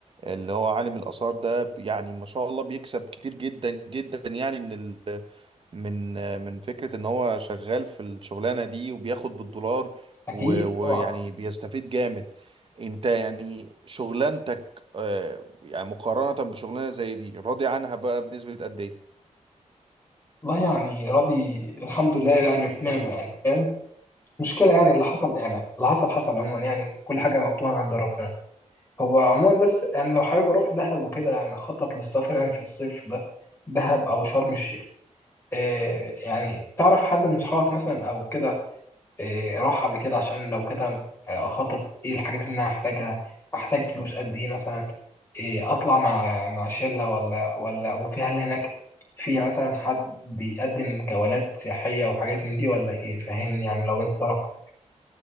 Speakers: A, on the right; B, on the left.
A: اللي هو عالم الآثار ده ب- يعني ما شاء الله بيكسب كتير جدا جدا يعني من ال من آه، من فكرة ان هو شغال في الشغلانة دي وبياخد بالدولار
B: اكيد
A: و- ويعني
B: طبعا
A: بيستفيد جامد انت يعني شغلانتك آه، يعني مقارنة بشغلانة زي دي راضي عنها بقى بنسبة قد ايه؟
B: والله يعني راضي الحمد لله يعني في نعمه يعني فاهم مشكله يعني اللي حصل يعني اللي حصل حصل عموما يعني كل حاجه مكتوبه عند ربنا هو عموما بس انا لو حابب اروح دهب وكده يعني اخطط للسفر يعني في الصيف ده دهب او شرم الشيخ آه، يعني تعرف حد من صحابك مثلا او كده إيه، راح قبل كده عشان لو كده آه، اخطط ايه الحاجات اللي انا هحتاجها احتاج فلوس قد ايه مثلا إيه اطلع مع مع شله ولا ولا وفي هل هناك في مثلا حد بيقدم جولات سياحيه وحاجات من دي ولا ايه فاهمني يعني لو انت تعرف حاجة.